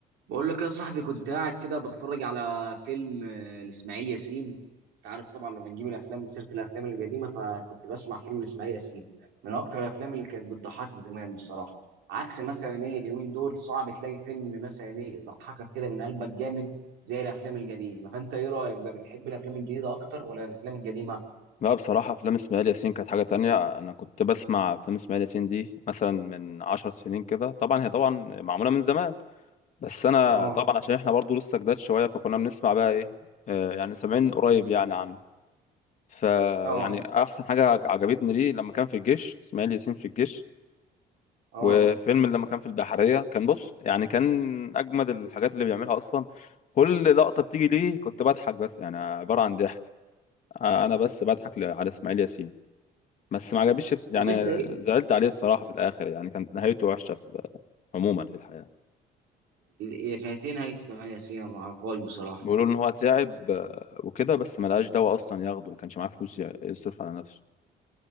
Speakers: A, on the right; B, on the left.
A: بقول لك يا صاحبي كنت قاعد كده بتفرج على فيلم آه، لإسماعيل ياسين انت عارف طبعا لما نجيب الافلام من سيره الافلام القديمه فكنت بسمع فيلم لإسماعيل ياسين من اكتر الافلام اللي كانت بتضحكني زمان بصراحه عكس مثلا ايه اليومين دول صعب تلاقي فيلم مثلا ايه يضحكك كده من قلبك جامد زي الافلام القديمه فانت ايه رايك بقى بتحب الافلام الجديده اكتر ولا الافلام القديمه
B: لا بصراحة أفلام إسماعيل ياسين كانت حاجة تانية أنا كنت بسمع أفلام إسماعيل ياسين دي مثلا من عشر سنين كده طبعا هي طبعا معمولة من زمان بس أنا
A: اه
B: طبعا عشان إحنا برضو لسه جداد شوية فكنا بنسمع بقى إيه آه، يعني سامعين قريب يعني عنه فيعني
A: اه
B: أحسن حاجة عجبتني ليه لما كان في الجيش إسماعيل ياسين في الجيش
A: اه
B: وفيلم لما كان في البحرية كان بص يعني كان أجمد الحاجات اللي بيعملها أصلا كل لقطة بتيجي ليه كنت بضحك بس يعني عبارة عن ضحك أنا بس بضحك على إسماعيل ياسين بس ما عجبنيش بس- يعني
A: طب انت ايه
B: زعلت عليه بصراحة في الآخر يعني كانت نهايته وحشة في- عموما في الحياة
A: هي كانت ايه نهايه إسماعيل ياسين أنا ما اعرفهاش بصراحه
B: بيقولوا إن هو تعب آه، وكده بس ما لقاش دواء أصلا ياخده ما كانش معاه فلوس ي- يصرف على نفسه